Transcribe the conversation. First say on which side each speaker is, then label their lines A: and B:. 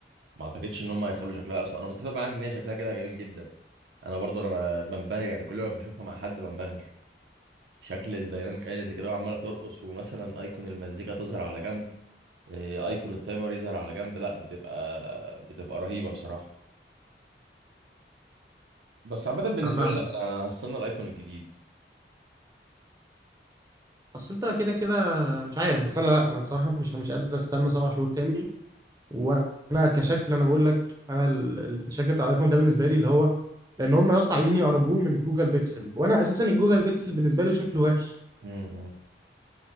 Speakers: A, on the right (about 80°); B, on the right (about 20°).
A: ما أعتقدش إن هم هيخلوا شكلها أسوأ أنا متفق معاك إن هي شكلها كده جميل جدا أنا برضه أنا ب- بنبهر يعني كل ما بشوفها مع حد بنبهر شكل الديناميك ايلاند كده وعمالة ترقص ومثلا أيقون المزيكا تظهر على جنب إيه، أيقون التايمر يظهر على جنب لا بتبقى بتبقى رهيبة بصراحة بس عامة بالنسبة
B: انا فاهمك
A: لي لا أنا هستنى الأيفون الجديد
B: اصل انت كده كده مش عارف بس انا لا انا بصراحه مش مش قادر استنى سبع شهور تاني وانا كشكل انا بقول لك انا ال- ال- الشكل بتاع الايفون ده بالنسبه لي اللي هو لان هم يا اسطى عايزين يقربوه من الجوجل بيكسل وانا اساسا الجوجل بيكسل بالنسبه لي شكله وحش
A: امم